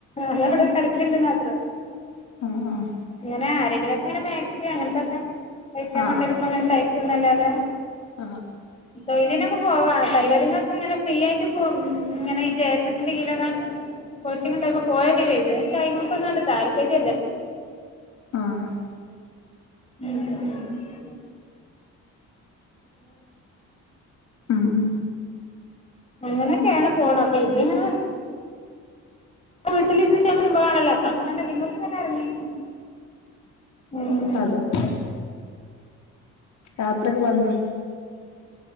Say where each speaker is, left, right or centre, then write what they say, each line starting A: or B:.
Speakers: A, on the left; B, on the left.
A: അതവിടെ കെടക്കണുണ്ടെന്ന് മാത്രം
B: ആഹ് ആഹ്
A: അങ്ങനെ ആരെങ്കിലും ഒക്കെ അങ്ങനെ മാക്സി അങ്ങനത്തൊക്കെ തയ്ക്കാൻ
B: ആ
A: കൊണ്ടുവരുമ്പോ അങ്ങനെ തയ്ക്കൂന്നല്ലാതെ
B: ആഹ്
A: തൊഴിലിനൊക്കെ പോവാം ടൈലറിങ്ങൊക്കെ ഇങ്ങനെ ഫ്രീ ആയിട്ട് പോ ഇങ്ങനെ ഈ ജെ എസ് എസിന്റെ കീഴിലൊക്കെ കോച്ചിങ്ങ് ഒണ്ടായപ്പോ പോയക്കെ ചെയ്തു പക്ഷെ അയ്മേക്കൊന്നും അങ്ങട്ട് താല്പര്യം ഇല്ല
B: ആഹ്
A: ഉം
B: ഉം
A: അങ്ങനൊക്കെയാണ് പോണ അപ്പൊ ഇത് ഇങ്ങനെ വീട്ടിലിരുന്ന് ചെയ്യാൻ പറ്റുന്ന സംഭവാണല്ലോ അപ്പ അങ്ങനങ്ങ് ഇതിമേ തന്നെയങ്ങ് എറങ്ങി ഉം.
B: അതെ യാത്രയൊക്കെ പോവലുണ്ടോ?